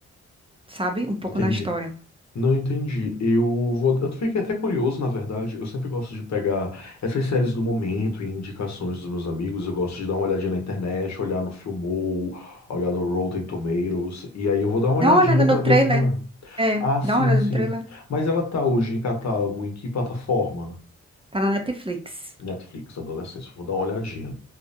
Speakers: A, on the right; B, on the left.
A: sabe? Um pouco
B: Entendi.
A: na história.
B: Não entendi. Eu vou. Eu fiquei até curioso, na verdade. Eu sempre gosto de pegar essas séries do momento e indicações dos meus amigos. Eu gosto de dar uma olhadinha na internet, olhar no Filmou, olhar no Rotten Tomatoes. E aí eu vou dar uma
A: Dá
B: olhadinha
A: uma olhada
B: pra
A: no trailer.
B: ver como é.
A: É,
B: Ah, sim,
A: dá uma olhada
B: sim.
A: no trailer.
B: Mas ela tá hoje em catálogo em que plataforma?
A: Tá na Netflix.
B: Netflix, adolescência, vou dar uma olhadinha.